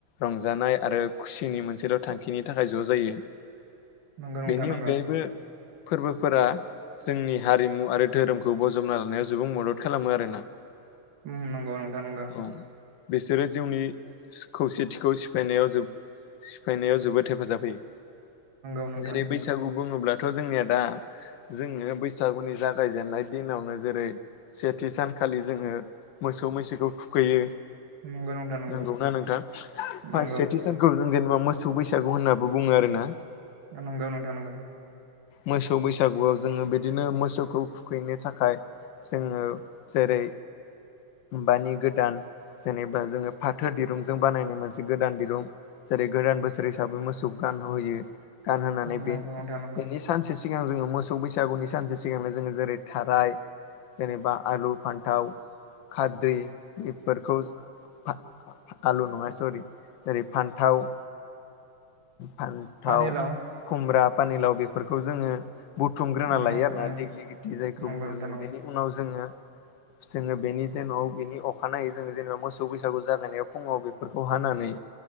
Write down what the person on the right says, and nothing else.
नंगौ नोंथां
नंगौ
उम नंगौ नोंथां नंगौ
नंगौ नोंथां नंगौ
उम नंगौ नोंथां नंगौ
नंगौ
नंगौ नोंथां नांगौ
नंगौ
नोंथां नंगौ
पानिलाव
नंगौ
ओं
नंगौ
नोंथां
नंगौ
<inaudible>